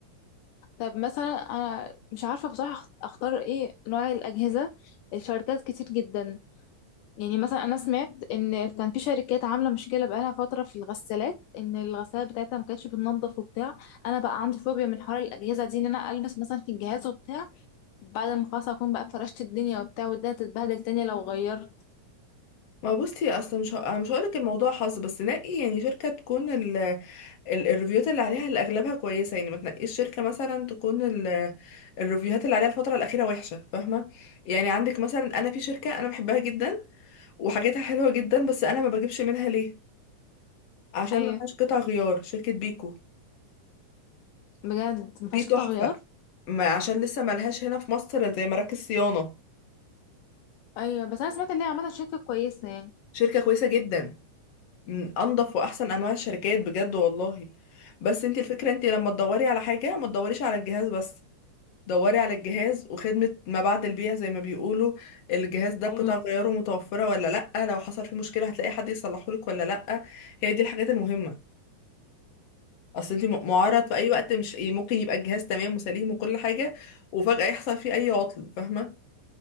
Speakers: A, on the left; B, on the left.
A: طب مثلا انا مش عارفه بصراحه اختار ايه نوع الاجهزه الشركات كتير جدا يعني مثلا انا سمعت ان كان في شركات عامله مشكله بقالها فتره في الغسالات ان الغسالات بتاعتها ما كانتش بتنضف وبتاع انا بقى عندي فوبيا من حوار الاجهزه دي ان انا البس مثلا في الجهاز وبتاع بعد ما خلاص اكون بقى فرشت الدنيا وبتاع والدنيا تتبهدل تاني لو غيرت
B: ما بصي اصل مش ه... أنا مش هقولك الموضوع حظ بس نقي يعني شركة تكون ال- الريفيوهات اللي عليها اللي اغلبها كويسه يعني ما تنقيش شركه مثلا تكون ال- الريفيوهات اللي عليها الفتره الاخيره وحشه فاهمه يعني عندك مثلا انا في شركه انا بحبها جدا وحاجاتها حلوه جدا بس انا ما بجيبش منها ليه عشان
A: ايوه
B: ما فيهاش قطع غيار شركه بيكو
A: بجد
B: دي
A: ما فيهاش
B: تحفه
A: قطع غيار
B: ما عشان لسه ما لهاش هنا في مصر زي مراكز صيانه
A: ايوه بس انا سمعت ان هي عامله شركه كويسه يعني
B: شركه كويسه جدا من انضف واحسن انواع الشركات بجد والله بس انت الفكره انت لما تدوري على حاجه ما تدوريش على الجهاز بس دوري على الجهاز وخدمة ما بعد البيع زي ما بيقولوا الجهاز ده
A: ايوه
B: قطع غياره متوفرة ولا لأ لو حصل فيه مشكلة هتلاقي حد يصلحهولك ولا لأ هي دي الحاجات المهمة اصل انت م- معرض في اي وقت مش ممكن يبقى الجهاز تمام وسليم وكل حاجة وفجأة يحصل فيه اي عطل فاهمة